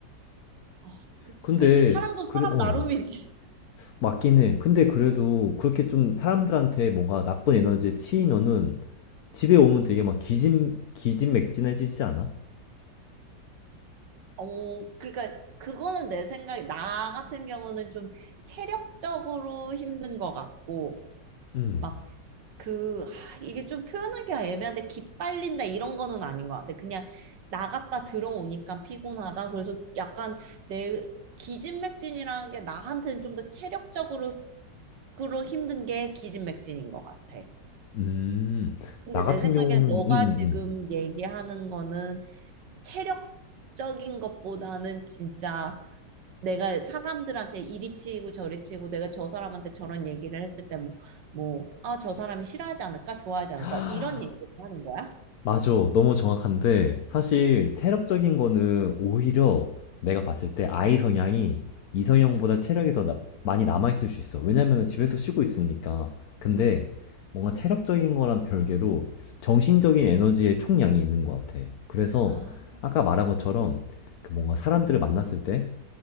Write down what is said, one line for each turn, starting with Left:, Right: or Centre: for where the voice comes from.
Right: 아, 그치,
Left: 근데
Right: 그치, 사람도
Left: 그래,
Right: 사람
Left: 어,
Right: 나름이지.
Left: 맞긴 해. 근데 그래도 그렇게 좀 사람들한테 뭔가 나쁜 에너지에 치이면은 집에 오면 되게 막 기진, 기진맥진해지지 않아?
Right: <laughs> 어, 그러니까 그거는 내 생각에 나 같은 경우는 좀 체력적으로 힘든 것 같고
Left: 음.
Right: 막 그, 아, 이게 좀 표현하기가 애매한데 기빨린다 이런 거는 아닌 것 같아. 그냥 나갔다 들어오니까 피곤하다. 그래서 약간 내 기진맥진이라는 게 나한테는 좀 더 체력적으로 그로 힘든 게 기진맥진인 것 같아.
Left: 음.
Right: 근데
Left: 나 같은
Right: 내 생각엔
Left: 경우는
Right: 너가
Left: 음음음.
Right: 지금 얘기하는 거는 체력적인 것보다는 진짜 내가 사람들한테 이리 치이고 저리 치이고 내가 저 사람한테 저런 얘기를 했을 때 뭐, 뭐, 아, 저 사람이 싫어하지 않을까? 좋아하지
Left: <gasps>
Right: 않을까? 이런 얘기를 하는 거야?
Left: 맞아. 너무 정확한데 사실 체력적인 거는 오히려 내가 봤을 때 아이 성향이 이성형보다 체력이 더 나- 많이 남아 있을 수 있어. 왜냐면은 집에서 쉬고 있으니까. 근데 뭔가 체력적인 거랑 별개로 정신적인 에너지의 총량이 있는 것 같아. 그래서
Right: 아,
Left: 아까 말한 것처럼 그 뭔가 사람들을 만났을 때